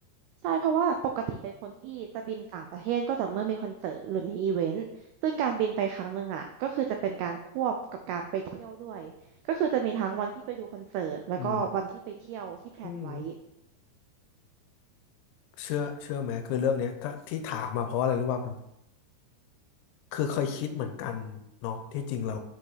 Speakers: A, on the right; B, on the left.
A: ใช่เพราะว่าปกติเป็นคนที่จะบินต่างประเทศก็ต่อเมื่อมีคอนเสิร์ตหรือมีอีเวนต์ซึ่งการบินไปครั้งหนึ่งอ่ะก็คือจะเป็นการควบกับการไปเที่ยวด้วยก็คือจะมีทั้งวันที่ไปดูคอนเสิร์ตแล้วก็วันที่ไปเที่ยวที่แพลนไว้
B: อืมเชื่อเชื่อไหมคือเรื่องเนี้ยก็ที่ถามมาเพราะอะไรรู้ป่ะมันคือเคยคิดเหมือนกันเนาะที่จริงเรา